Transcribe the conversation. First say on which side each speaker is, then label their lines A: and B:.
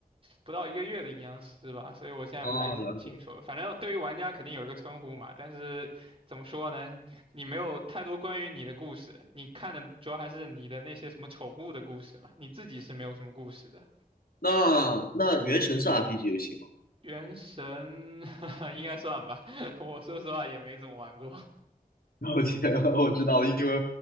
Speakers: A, on the right; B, on the left.
A: 不到一个月的阴阳师吧，所以我现在不太记清楚了。
B: 啊，了解。
A: 反正对于玩家肯定有一个称呼嘛，但是怎么说呢，你没有太多关于你的故事，你看的主要还是你的那些什么宠物的故事嘛，你自己是没有什么故事的。
B: 那那原神是 RPG 游戏吗？
A: 原神 <laughs> 应该算吧，<laughs> 我说实话也没怎么玩过。
B: <laughs> 了解了我知道了，因为